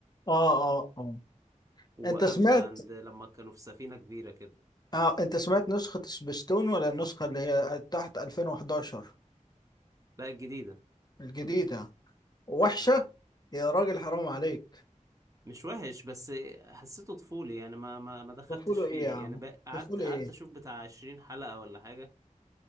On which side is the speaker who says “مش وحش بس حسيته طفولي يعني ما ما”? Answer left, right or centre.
Right